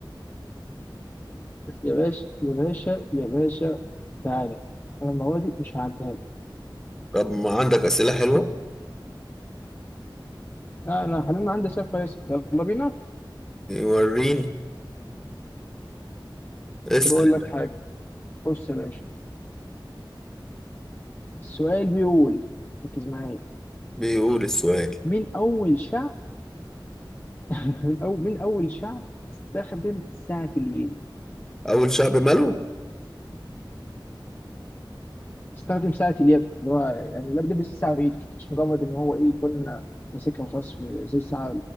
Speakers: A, on the left (about 25°); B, in the centre.
A: يا باشا يا باشا يا باشا تعالى انا المواد مش هعديها لك
B: طب ما عندك اسئله حلوه
A: لا انا خلينا عندي سؤال كويس يلا بينا
B: وريني اسال
A: بقول لك حاجه بص يا باشا السؤال بيقول ركز معايا
B: بيقول السؤال
A: مين اول شعب <laughs> من اول مين اول شعب استخدم ساعه اليد
B: اول شعب ماله
A: استخدم ساعة اليد اللي هو يعني لا- لبس الساعة بإيدك مش مجرد إن هو إيه يكون ماسكها وخلاص في- زي الساعة